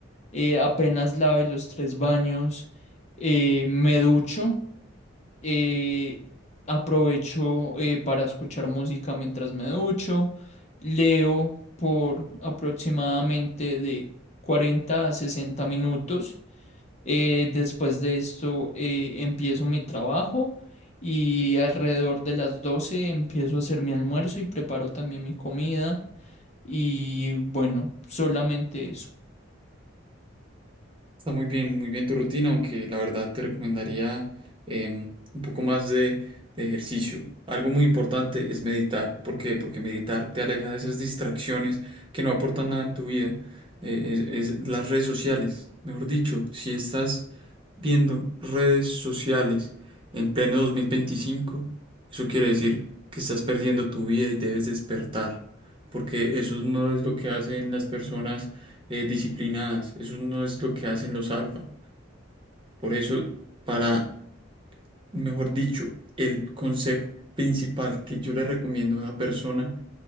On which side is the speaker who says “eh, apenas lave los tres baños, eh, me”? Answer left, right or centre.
Left